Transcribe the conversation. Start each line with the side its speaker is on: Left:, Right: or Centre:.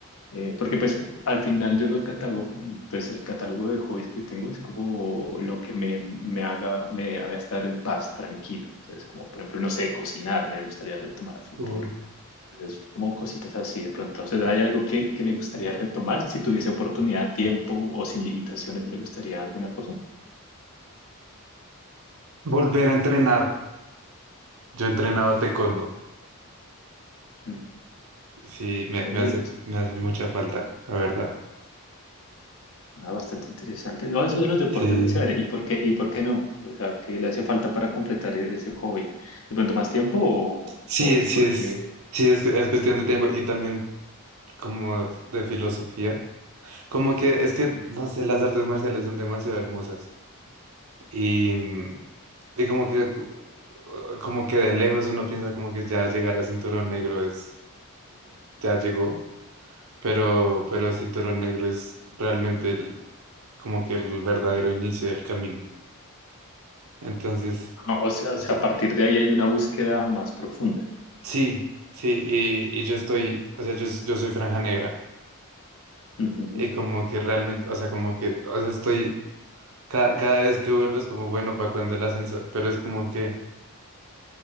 Left: eh, porque pues al final yo lo catalogo, pues el catálogo de hobbies que tengo es como lo que me, me haga, me haga estar en paz, tranquilo. Entonces, como por ejemplo, no sé, cocinar, me gustaría retomar a futuro.
Right: Uh,
Left: Entonces, como cositas así de pronto. O sea, ¿hay algo que, que le gustaría retomar si tuviese oportunidad, tiempo o sin limitaciones? ¿Le gustaría alguna cosa?
Right: Volver a entrenar. Yo entrenaba taekwondo.
Left: Mm,
Right: Sí, me,
Left: Oye,
Right: me hace, me hace mucha falta, la verdad.
Left: ah, bastante interesante. No, eso de los deportes
Right: Sí,
Left: es chévere. ¿Y por qué, y por qué no? O sea, ¿qué le hace falta para completar e- ese hobby? ¿De pronto más tiempo o,
Right: sí,
Left: o es
Right: sí
Left: porque
Right: es, sí es, es cuestión de tiempo y también como de filosofía. Como que es que, no sé, las artes marciales son demasiado hermosas. Y, mm, y como que, uh, como que de lejos uno piensa como que ya llegar a cinturón negro es, ya llegó, pero, pero cinturón negro es realmente el- como que el verdadero inicio del camino. Entonces,
Left: Ah, O sea,
Right: yo-
Left: o sea, a partir de ahí hay una búsqueda más profunda.
Right: sí, sí, y, y yo estoy, o sea, yo, yo soy franja negra,
Left: Ujú.
Right: y como que realmente, o sea, como que, o sea, estoy, ca- cada, vez que vuelvo es como, bueno, para cuando el ascenso, pero es como que